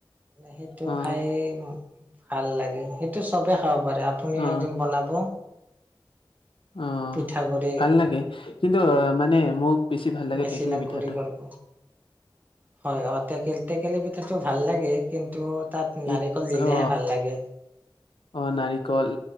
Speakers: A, on the right; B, on the left.
A: সেইটো
B: অ
A: খাই ভাল লাগে সেইটো চবে খাব পাৰে আ আপুনিও
B: অ
A: একদিন বনাব।
B: অ
A: পিঠা গুৰি।
B: ভাল লাগে কিন্তু মানে মোক বেছি ভাল লাগে
A: মেচিনত
B: টেকেলি পিঠাটো।
A: গুৰি কৰিব। হয় অ', টেক টেকেলি পিঠাটো ভাল লাগে কিন্তু তাত নাৰিকল
B: এক
A: দিলেহে
B: অ
A: ভাল লাগে।
B: অ', নাৰিকল